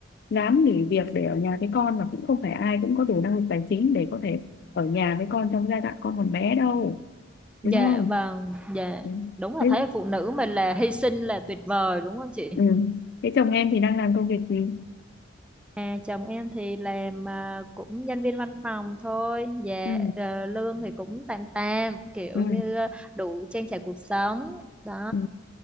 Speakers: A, on the left; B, in the centre.
A: dám nghỉ việc để ở nhà với con và cũng không phải ai cũng có đủ năng lực tài chính để có thể ở nhà với con trong giai đoạn con còn bé đâu
B: dạ
A: đúng không?
B: vâng dạ
A: Ừ.
B: đúng là
A: Thế,
B: thấy là phụ nữ mình là hy sinh là tuyệt vời đúng không chị
A: ừ. Thế chồng em thì đang làm công việc gì?
B: À, chồng em thì làm à, cũng nhân viên văn phòng thôi, dạ
A: Ừ.
B: ờ, lương thì cũng tạm tạm, kiểu
A: Ừ.
B: như ờ, đủ trang trải cuộc sống đó.
A: Ừ.